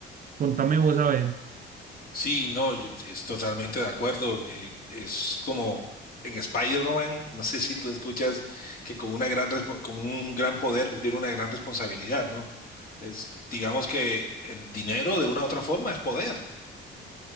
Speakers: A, on the right (about 45°); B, on the left (about 45°).
A: Contame vos a ver.
B: Sí, no, yo es totalmente de acuerdo. eh, es como en Spider-Man, no sé si tú escuchas que con una gran respo- con un gran poder viene una gran responsabilidad, ¿no? Es, digamos que el dinero de una u otra forma es poder